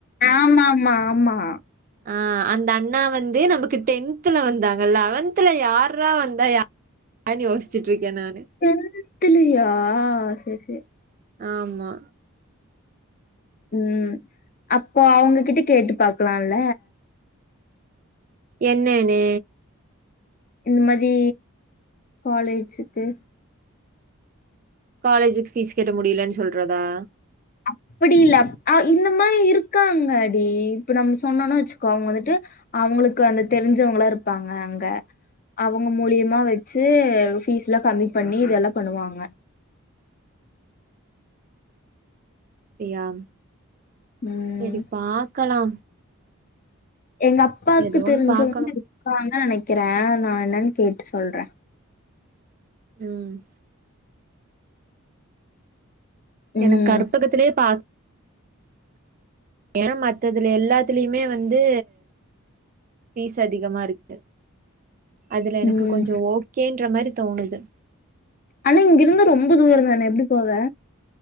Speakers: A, on the left; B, on the right.
A: ஆமாமா ஆமா
B: ஆ அந்த அண்ணா வந்து நமக்கு டென்த்துல வந்தாங்க லெவன்த்ல யார்ரா வந்தா யா ஆ யோசிச்சிட்ருக்கே நானு
A: டென்த்திலியா செர் சேர்
B: ஆமா
A: ம் அப்போ அவங்ககிட்ட கேட்டு பாக்கலால
B: என்னனு
A: இந்த மாதி காலேஜுக்கு
B: காலேஜுக் ஃபீஸ் கட்டி முடியலன் சொல்றதா
A: அப்பிடி இல்ல அ இந்த மாரி இருக்காங்க டி இப்ப நம் சொன்னோனா வச்சுக்கோ அவுங்க வந்துட்டு அவுங்களுக்கு வந்து தெரிஞ்சவங்களா இருப்பாங்க அங்க அவுங்க மூலியமா வச்சு ஃபீஸ்லா கம்மி பண்ணி இது எல்லா பண்ணுவாங்க
B: அப்டியா
A: ம்.
B: சேரி பாக்கலா
A: எங்க அப்பாக்கு
B: ஏதோன்னு
A: தெரிஞ்ச
B: பாக்கணு
A: இருக்காங்க நெனைக்கிறே நா என்னன்னு கேட்டு சொல்றே
B: ம்
A: ம்.
B: எனக்கு கற்பகத்திலயே பா ஏனா மத்ததுல எல்லாத்துலயுமே வந்து ஃபீஸ் அதிகமா இருக்கு அதுல எனக்கு
A: ம்.
B: கொஞ்சோ ஓகேன்ற மாரி தோணுது
A: ஆனா இங்க இருந்து ரொம்ப தூர தானே எப்டி போவ